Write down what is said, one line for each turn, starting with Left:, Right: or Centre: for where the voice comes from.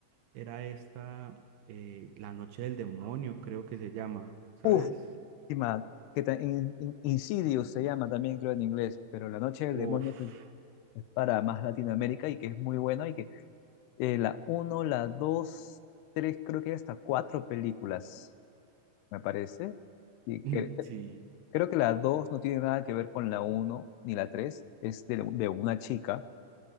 Right: Era esta, eh, La Noche del Demonio, creo que se llama, ¿sabes?
Left: Uf, última, que ta- in- in- Insidious se llama también, creo, en inglés, pero La Noche del
Right: Uf,
Left: Demonio es, es para más Latinoamérica y que es muy bueno y que eh, la uno la dos tres creo que hay hasta cuatro películas, me parece. Y
Right: <laughs>
Left: cre- cre-
Right: sí,
Left: creo que la 2 no tiene nada que ver con la uno ni la tres es de, de una chica